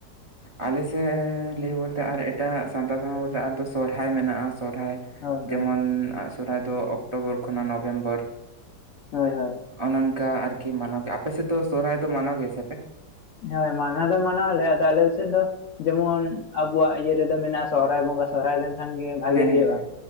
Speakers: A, on the right (about 35°); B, on the left (about 65°).
A: ᱟᱞᱮ ᱥᱮᱫ ᱞᱟᱹᱭ ᱵᱚᱞᱛᱮ ᱟᱨ ᱮᱴᱟᱜ ᱥᱟᱱᱛᱟᱲ ᱵᱚᱞᱛᱮ ᱟᱫᱚ ᱥᱚᱨᱦᱟᱭ ᱢᱮᱱᱟᱜ-ᱟ ᱥᱚᱨᱦᱟᱭ᱾
B: ᱦᱳᱭ
A: ᱡᱮᱢᱚᱱ
B: ᱦᱳᱭ
A: ᱟᱜ ᱥᱚᱦᱨᱟᱭ ᱫᱚ ᱚᱠᱴᱳᱵᱚᱨ ᱠᱷᱚᱱᱟᱜ ᱱᱚᱵᱷᱮᱢᱵᱚᱨ᱾
B: ᱦᱳᱭ ᱦᱳᱭ᱾
A: ᱚᱱᱮ ᱚᱱᱠᱟ ᱟᱨᱠᱤ ᱢᱟᱱᱟᱣ ᱜᱮ ᱟᱯᱮ ᱥᱮᱫ ᱫᱚ ᱥᱚᱦᱨᱟᱭ ᱫᱚ ᱢᱟᱱᱟᱣ ᱜᱮᱭᱟ ᱥᱮ ᱯᱮ?
B: ᱦᱳᱭ ᱢᱟᱱᱟᱣ ᱫᱚ ᱢᱟᱱᱟᱣᱟᱞᱮ ᱟᱫᱚ ᱟᱞᱮ ᱥᱮᱫ ᱫᱚ ᱡᱮᱢᱚᱱ ᱟᱵᱚᱣᱟᱜ ᱤᱭᱟᱹ ᱨᱮᱫᱚ ᱢᱮᱱᱟᱜ-ᱟ ᱥᱚᱦᱚᱨᱟᱭ ᱵᱚᱸᱜᱟ ᱥᱚᱦᱨᱟᱭ ᱞᱮᱱᱠᱷᱟᱱ ᱠᱷᱟᱱ ᱜᱮ ᱵᱷᱟᱜᱮ
A: ᱦᱮᱸ ᱦᱮᱸ
B: ᱦᱩᱭᱩᱜ-ᱟ